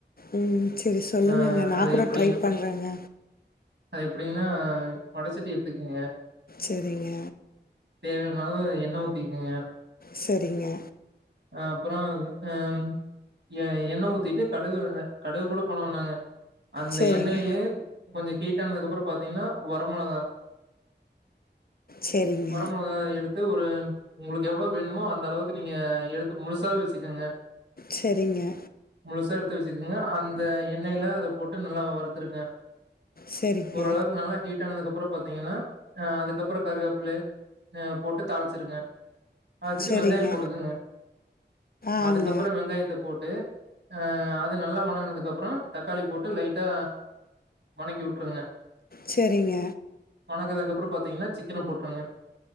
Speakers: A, on the left; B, on the right.
A: ம். சரி சொல்லுங்கங்க.
B: அ
A: நான்
B: அது
A: கூட
B: எப்டி
A: ட்ரை பண்றேங்க.
B: அது எப்டின்னா வடச்சட்டி எடுத்துக்குங்க
A: சேரிங்க
B: தேவையான அளவு என்ன ஊத்திக்கிங்க
A: சரிங்க
B: அ அப்பறோ அ எ எண்ண ஊத்திட்டு கடுகு கடுகு கூட போனோ நாங்க அந்த
A: சரிங்க.
B: எண்ணெயிலே கொஞ்சோ ஹீட் ஹீட் ஆனதுக்கு அப்பறம் பாத்தீங்னா வரமொளகா
A: சரிங்க.
B: வரமொளகா எடுத்து ஒரு உங்களுக்கு எவ்வளவு வேணுமோ அந்த அளவுக்கு நீங்க எடுத்து முழுசாவே வச்சுக்கோங்க
A: செரிங்க
B: முழுசா எடுத்து வச்சுக்கங்க அந்த எண்ணெயில அத போட்டு நல்லா வறுத்துருங்க
A: சரிங்க.
B: ஓரளவுக்கு நல்லா ஹீட் ஆனதுக்குப்புறம் பாத் திங்னா அ அதுக்கப்புறம் கருகாப்பில போட்டு தாளிச்சிருங்க தாளிச்சிட்டு
A: சரிங்க.
B: வெங்காயம் போட்டுக்கங்க
A: ஆங்க.
B: அதுக்கப்புறம் வெங்காயத்த போட்டு அஹ் அது நல்லா வணங்கினதுக்கு அப்புறம் தக்காளி போட்டு லைட்டா வணக்கி வுட்டுருங்க
A: சரிங்க
B: வணக்குதங்கப் அப்புறம் பாத்தீங்கன்னா சிக்கன போட்ருங்க